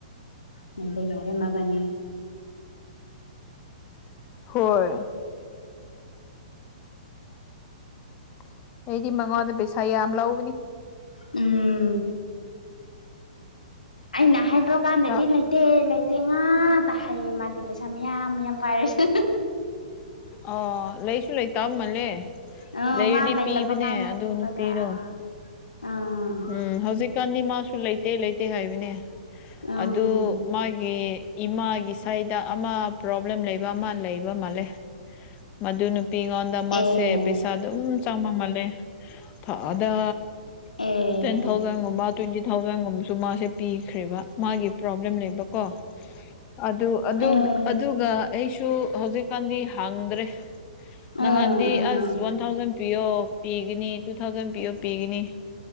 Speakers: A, on the left; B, on the left.
A: ꯂꯩꯕ ꯌꯥꯔ‌ꯦ ꯃꯥꯕꯅꯤ
B: ꯍꯣꯏ <unintelligible> ꯑꯩꯗꯤ ꯃꯉꯣꯟꯗ ꯄꯩꯁꯥ ꯌꯥꯝ ꯂꯧꯕꯅꯤ
A: ꯎꯝ ꯑꯩꯅ ꯍꯥꯏꯗ꯭ꯔꫭ ꯀꯥꯟꯗꯗꯤ
B: ꯅ
A: ꯂꯩꯇꯦ ꯂꯩ ꯇꯦ ꯉꯥꯛꯇ ꯍꯥꯏꯌꯦ ꯃꯥꯗꯤ ꯄꯩꯁꯥ ꯃꯌꯥꯝ ꯃꯌꯥꯝ ꯄꯥꯏꯔꯁꯨ
B: ꯑꯣ ꯂꯩꯁꯨ ꯂꯩ ꯇꯃꯜꯂꯦ
A: ꯑ
B: ꯂꯩꯔꯗꯤ
A: ꯃꯥ ꯂꯩꯇꯕ
B: ꯄꯤꯕꯅꯦ
A: ꯀꯥꯟꯒꯨꯝꯕꯗ
B: ꯑꯗꯨ ꯅꯨꯄꯤꯗꯣ
A: ꯑꯥ ꯑꯥ
B: ꯎꯝ ꯍꯧꯖꯤꯛꯀꯥꯟꯗꯤ ꯃꯥꯁꯨ ꯂꯩꯇꯦ ꯂꯩꯇꯦ ꯍꯥꯏꯕꯅꯦ
A: ꯎꯝ
B: ꯑꯗꯨ ꯃꯥꯒꯤ ꯏꯃꯥꯒꯤ ꯁꯥꯏꯗ ꯑꯃ ꯄ꯭ꯔꯣꯕ꯭ꯂꯦꯝ ꯂꯩꯕ ꯑꯃ ꯂꯩꯕ ꯃꯥꯜꯂꯦ ꯃꯗꯨ ꯅꯨꯄꯤꯉꯣꯟꯗ ꯃꯥꯁꯦ
A: ꯑꯦ
B: ꯄꯩꯁꯥ ꯑꯗꯨꯝ ꯆꯪꯕꯃꯜꯂꯦ ꯊꯥꯗ
A: ꯑꯦ
B: ꯇꯦꯟ ꯊꯥꯎꯖꯟꯒꯨꯝꯕ ꯇ꯭ꯋꯦꯟꯇꯤ ꯊꯥꯎꯖꯟꯒꯨꯝꯕꯁꯨ ꯃꯥꯁꯦ ꯄꯤꯈ꯭ꯔꯦꯕ ꯃꯥꯒꯤ ꯄ꯭ꯔꯣꯕ꯭ꯂꯦꯝ ꯂꯩꯕꯀꯣ ꯑꯗꯨ ꯑꯗꯨ
A: ꯑꯦ
B: ꯑꯗꯨꯒ ꯑꯩꯁꯨ ꯍꯧꯖꯤꯛꯀꯥꯟꯗꯤ ꯍꯥꯡꯗ꯭ꯔꯦ ꯅꯍꯥꯟꯗꯤ
A: ꯎꯝ ꯎꯝ
B: ꯑꯁ ꯋꯥꯟ ꯊꯥꯎꯖꯟ ꯄꯤꯌꯣ ꯄꯤꯒꯅꯤ ꯇꯨ ꯊꯥꯎꯖꯟ ꯄꯤꯌꯣ ꯄꯤꯒꯅꯤ